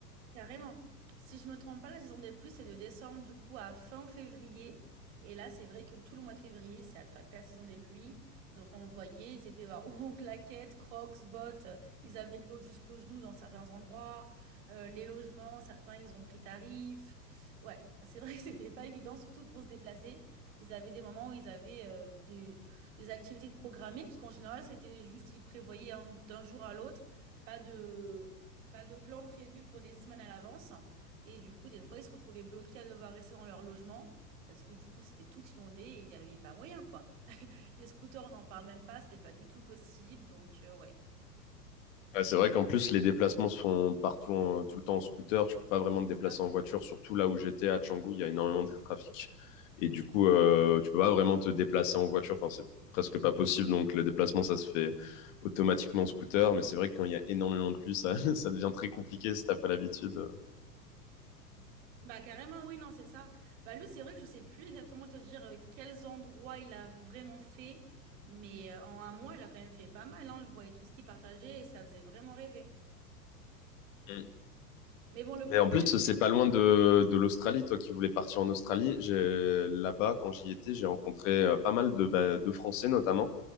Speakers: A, on the right; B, on the left.
A: Carrément. Si je me trompe pas, la saison des pluies, c'est de décembre du coup à fin février. Et là, c'est vrai que tout le mois de février, c'est attrapé à la saison des pluies. Donc, on le voyait, ils étaient euh, ou en claquettes, crocs, bottes. Ils avaient de l'eau jusqu'aux genoux dans certains endroits. Euh, les logements, certains, ils ont pris tarif. Ouais, c'est vrai que <laughs> c'était pas évident, surtout pour se déplacer. Ils avaient des moments où ils avaient euh, des, des activités de programmées, parce qu'en général, c'était juste, ils prévoyaient un- d'un jour à l'autre. Pas de, pas de plan prévu pour des semaines à l'avance. Et du coup, des fois, ils se retrouvaient bloqués à devoir rester dans leur logement parce que du coup, c'était tout inondé et il n'y avait pas moyen, quoi. Les scooters, on n'en parle même pas, c'était pas du tout possible. Donc, euh, ouais,
B: Ah, c'est vrai qu'en plus, les déplacements se font partout, en- tout le temps en scooter. Tu peux pas vraiment te déplacer
A: c'est ça.
B: en voiture, surtout là où j'étais à Canggu, il y a énormément de trafic. Et du coup, euh, tu peux pas vraiment te déplacer en voiture. Enfin, c'est presque pas possible. Donc, le déplacement, ça se fait automatiquement en scooter. Mais c'est vrai que quand il y a énormément de pluie, ça, <laughs> ça devient très compliqué si t'as pas l'habitude.
A: Bah, carrément, oui, non, c'est ça. Bah, lui, c'est vrai que je sais plus exactement te dire euh, quels endroits il a vraiment fait, mais euh, en un mois, il a quand même fait pas mal, hein. Je voyais tout ce qu'il partageait et ça faisait vraiment rêver.
B: Mm.
A: Mais bon, le
B: Mais
A: pauvre,
B: en plus,
A: il a eu...
B: c'est pas loin de, de l'Australie. Toi qui voulais partir en Australie, j'ai, là-bas, quand j'y étais, j'ai rencontré euh, pas mal de, bah, de Français, notamment